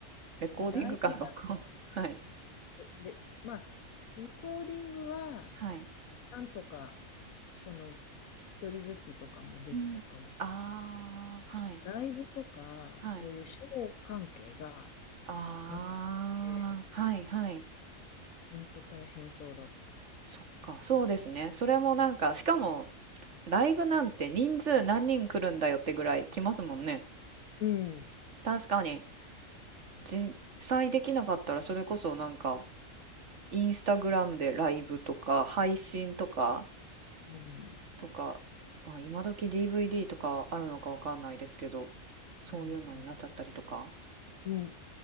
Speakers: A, on the right; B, on the left.
A: レコーディングか、
B: らライブ、
A: <laughs> 録音。はい。
B: レまあ、レコーディングは
A: はい。
B: なんとか、その、一人ずつとかもできたかもしれないけ
A: うん。ああ、はい。
B: ど、ライブとか、
A: はい。
B: そういうショー関係が
A: ああ、
B: なくて、
A: はい、はい。
B: 本当大変そうだった。
A: そっか、そうですね。それもなんか、しかも、ライブなんて人数何人来るんだよってぐらい来ますもんね。
B: うん。
A: 確かに。実際できなかったらそれこそなんかインスタグラムでライブとか配信とか
B: うん。
A: とか、まあ、今時 DVD とかあるのかわかんないですけどそういうのになっちゃったりとか
B: うん、うん、